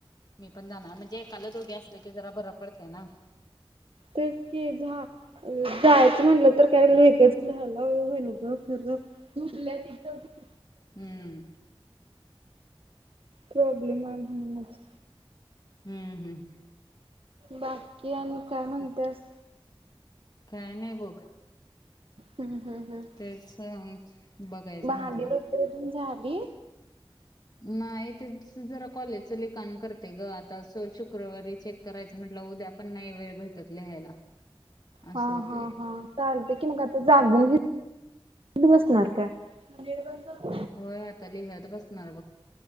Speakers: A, on the left (about 45°); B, on the right (about 70°).
A: मी पण जाणार म्हणजे एकाला दोघी असलं की जरा बरं पडतंय ना
B: तेच की जा जायचं म्हणटलं तर काय लगेच लहाला होई न का खर तू <inaudible>
A: हम्म
B: प्रॉब्लेम आहे म्हणच
A: हम्म हम्
B: बाकी आणि काय म्हणतेस
A: काय नाही बघ
B: हम् हम् हम्
A: तेच बघायचं
B: भांडी
A: म्हंटलं.
B: वगैरे धुऊन झाली
A: नाही ते जरा कॉलेजच लिखाण करते ग आता शुक्रवारी चेक करायच म्हटलं उद्या पण नाही वेळ भेटत लिहायला असं
B: हा
A: होतंय
B: हा हा चालते की मग आता जागून लिहीत बसणार काय ह निर्बंध
A: होय आता लिहत बसणार बघ